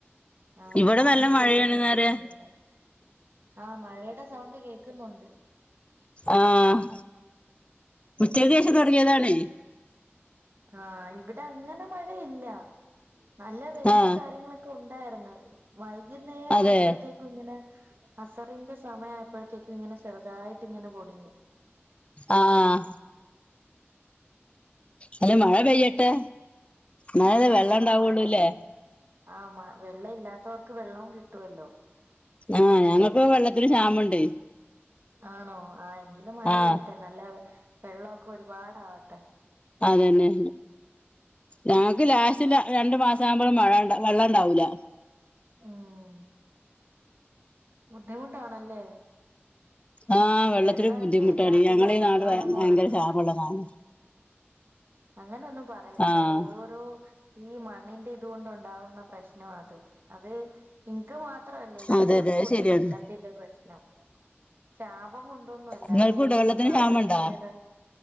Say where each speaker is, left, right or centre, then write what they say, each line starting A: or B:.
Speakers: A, on the right; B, on the left.
A: ആഹ്
B: ഇവിടെ
A: സൗണ്ട്
B: നല്ല
A: കേൾക്കുന്നുണ്ട്
B: മഴയാണ്ന്ന് പറയാ
A: മഴേടെ ആഹ് മഴേടെ സൗണ്ട് കേക്കുന്നുണ്ട്
B: ആഹ് ഉച്ചക്കേഷം തൊടങ്ങിതാണ്
A: ആഹ് ഇവിടെ അങ്ങനെ മഴയിൽ ല്ല നല്ല വെയിലും
B: ആ
A: കാര്യങ്ങളൊക്കെ ഉണ്ടാരുന്നു വൈകുന്നേരം
B: അതെ
A: ആയപ്പൊ ത്തേ ക്കും ഇങ്ങനെ അസറിന്റെ സമയമായപ്പോഴത്തേക്കും ഇങ്ങനെ ചെറുതായിട്ട് ഇങ്ങനെ പൊടിഞ്ഞ്
B: ആഹ അല്ല മഴ പെയ്യട്ടെ മഴഉണ്ടേ
A: ആഹ് നല്ലതാ
B: വെള്ളംണ്ടാവുള്ളൂല്ലേ
A: മഴ ആ വെള്ളം ഇല്ലാത്തോ ർക്ക് വെള്ളവും കിട്ടുമല്ലോ
B: ആഹ് ഞങ്ങൾക്ക് വെള്ളത്തില് ക്ഷാമണ്ട്
A: ആണോ ആ എങ്കിലും മഴ
B: ആ
A: പെയ്യട്ടെ ട്ടെ നല്ല വെള്ളമൊക്കെ ഒരുപാടാവട്ടെ
B: അതന്നെ ഞങ്ങക്ക് ലാസ്റ്റില് രണ്ടു മാസം ആകുമ്പോഴും മഴണ്ട വെള്ളം ഇണ്ടാവില്ല
A: ഉം ബുദ്ധിമുട്ടാണല്ലേ
B: ആഹ് വെള്ളത്തിന്
A: വെള്ളമല്ലേ
B: ബുദ്ധിമുട്ടാണ്
A: എല്ലാത്തിന്റെ
B: ഞങ്ങളീഈ
A: അടിസ്ഥാനംന്ന്
B: നാട് ഭയങ്കര
A: പറയുന്നത്
B: ശാപ ള്ളതാണ്
A: അങ്ങനെ ഒന്നും പറയരുത്
B: ആഹ്
A: അത് ഓരോരോ ഈ മണ്ണിന്റെ ഇതുകൊണ്ട് ഉണ്ടാവുന്ന പ്രശ്നാ അത് അത് നിങ്ങ ക്ക് മാത്ര മാത്രല്ല എല്ലർക്കും
B: അതെ അതെ അത്
A: ഉണ്ട്
B: ശരിയാണ്
A: വെള്ളത്തിന്റെ പ്രശ്നം ശാപം കൊണ്ടൊന്നുമല്ല
B: നിങ്ങൾക്കുണ്ടോ
A: അത് ഓരോരോ
B: വെള്ളത്തിന്
A: കാലാവസ്ഥയുടെ
B: ക്ഷാമണ്ടോ